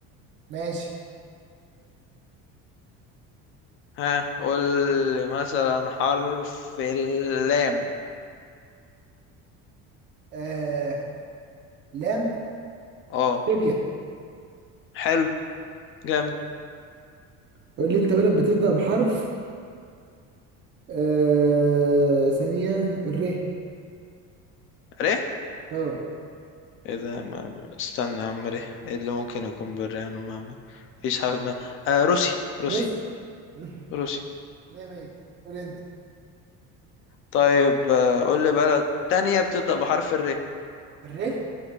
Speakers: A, on the right; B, on the left.
A: ماشي
B: ها قول لي مثلا حرف اللام
A: آه لام
B: اه
A: ليبيا
B: حلو جامد
A: قول لي انت بلد بتبدأ بحرف آه ثانية الر
B: ره
A: اه
B: ايه ده ما... استنى يا عم ره ايه اللي ممكن يكون بالرهان وما ما فيش حاجة في دماغي. آه روسي روسي
A: بس <laughs>
B: روسي
A: مية مية قول انت
B: طيب آه، قول لي بلد تانية بتبدأ بحرف الر
A: الر